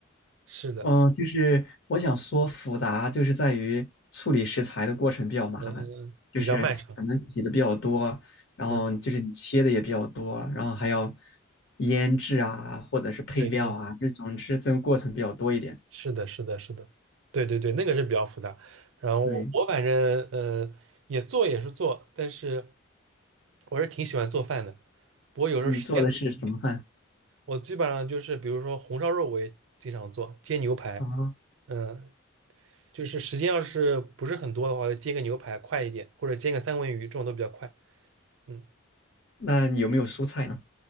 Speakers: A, on the right; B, on the left.
A: 是的，
B: 嗯，就是我想说复杂，就是在于处理食材的过程比较麻烦，
A: 嗯，嗯比较漫长。
B: 就是可能洗的比较多，然后就是你切的也比较多，
A: 嗯，
B: 然后还要腌制啊，或者是配料啊，
A: 对对，
B: 就总之这个过程比较多一点。
A: 是的，是的，是的，对对对，那个是比较复杂。然后我我反正呃也做也是做，
B: 对，
A: 但是我是挺喜欢做饭的。不过有时候时间
B: 你做的是什么饭？
A: 我基本上就是，比如说红烧肉，我也经常做，煎牛排，
B: 啊，
A: 嗯，就是时间要是不是很多的话，就煎个牛排快一点，或者煎个三文鱼，这种都比较快。嗯，
B: 那你有没有蔬菜呢？